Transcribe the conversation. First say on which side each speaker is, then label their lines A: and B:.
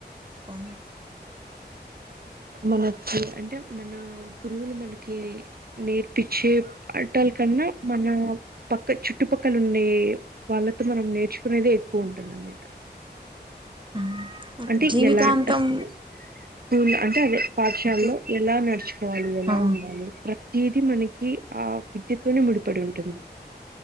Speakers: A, on the right; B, on the right.
A: అ
B: మనకి అంటే మన గురువులు మనకి నేర్పించే ఆట్టాల్ కన్నా మన పక్క చుట్టుపక్కల ఉండే వాళ్ళతో మనం నేర్చుకునేదే ఎక్కువ ఉంటుందన్నమాట
A: ఆ
B: అంటే
A: జీవితాంతం
B: ఎలా స్కూల్ అంటే అదే పాఠశాలలో
A: ఓకే
B: ఎలా నడుచుకోవాలి ఎలా
A: ఆ
B: ఉండాలి ఏది మనకి ఆ విద్యతోనే ముడిపడి ఉంటుంది